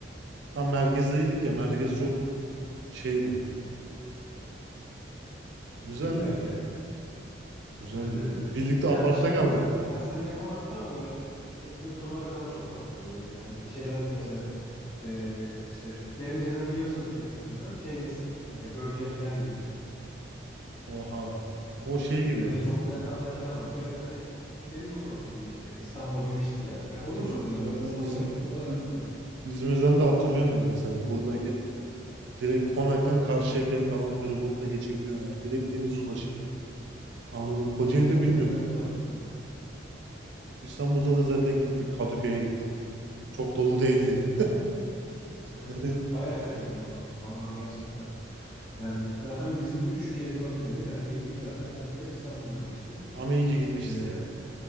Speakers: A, on the right (about 60°); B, on the left (about 25°).
A: Tam merkezdeydik ya. Merkez çok şeydi. Güzeldi
B: İlla
A: ya.
B: ki ya.
A: Güzeldi.
B: Bence de.
A: Birlikte
B: Ya
A: apartta
B: şey
A: kaldık.
B: de güzel. Mesela seninle yapamadık ama böyle tekne turları falan çok tatlı oluyor. Böyle hani şeyden mesela e, işte Derince'den biniyorsun tekne turuna. Şeyde mesela Gölcük'e falan gidiyorsun.
A: Oha. O şey gibi.
B: Böyle çok güzel kafeler falan var. Böyle hani deniz otobüsü gibi işte İstanbul'a binmiştik ya. Ya o da
A: Şimdi
B: çok
A: bir
B: güzel
A: de galiba
B: mesela İstanbul'a
A: İz-
B: gittik. O da
A: İ-
B: hani
A: İzmir'den de hatırlıyorum ya mesela buradayken. Direkt Konak'tan Karşıyaka'ya falan feribotla geçebiliyorsun yani. Direkt deniz ulaşımı. Anladım. Kocaeli'de
B: bence
A: bilmiyorum.
B: güzel bir ulaşım turu ya.
A: İstanbul'da da zaten gittik. Kadıköy'e gittik. Çok dolu değildi.
B: <laughs>
A: Yani,
B: Bayağı şaşırdık ona. Vallahi gerçekten. Yani zaten bizim 3 gece 4 gün dedik. Hani bir günü zaten komple İstanbul'da geçti.
A: ama iyi ki gitmişiz
B: Ee,
A: ya.